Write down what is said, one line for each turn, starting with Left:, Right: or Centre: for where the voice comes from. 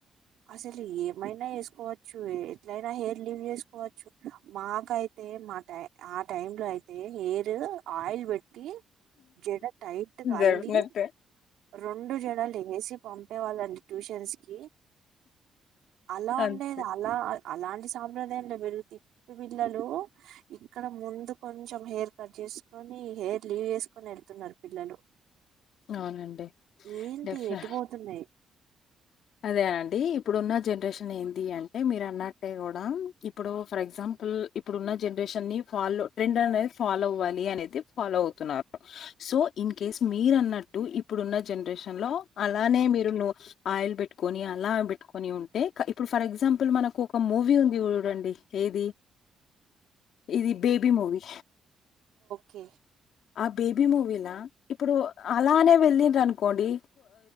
Right: అసలు ఏమైనా వేసుకోవచ్చు ఎట్లైన హెయిర్ లివ్ చేసుకోవచ్చు మాకైతే మా టై ఆ టై లో అయితే హెయిర్ ఆయిల్ పెట్టి జడ టైట్ గా అల్లి
Left: డెఫినెట్
Right: రెండు జడలు ఏసి పంపేవాళ్ళండి ట్యూషన్స్ కి అలా
Left: అంతే
Right: ఉండే అలా అలాంటి సాంప్రదాయం <unintelligible> పిల్లలు ఇక్కడ ముందు కొంచెం హెయిర్ కట్ చే చేసుకని హెయిర్ లీవ్ చేసుకొని వెళ్తున్నారు పిల్లలు
Left: అవునండి.
Right: ఏంటి
Left: డెఫినె
Right: ఎటు పోతున్నాయ్
Left: అదేనండి ఇప్పుడు ఉన్న జనరేషన్ న్ ఎంది అంటే మీరు అన్నట్టే కూడా ఇప్పుడు ఫర్ ఎగ్జాంపుల్ ఇప్పుడు ఉన్న జనరేషన్ ని ఫాలో ట్రెండ్ అనేది ఫాలో అవ్వాలనేది ఫాలో అవుతున్నారు సో ఇన్కేస్ మీరన్నట్టు ఇ ఇప్పుడున్న జనరేషన్ లో అలానే మీరు ను ఆయిల్ పెట్ పెట్టుకొని అలా పెట్టుకొని ఉంటే ఇప్పుడు ఫర్ ఎగ్జాంపుల్ మనకు ఒక మూవీ ఉంది చూడండి ఏది ఇది బేబీ మూవీ
Right: కే
Left: ఆ బేబీ మూవీనా ఇప్పుడు అలానే వెళ్ళండ్రనుకోండి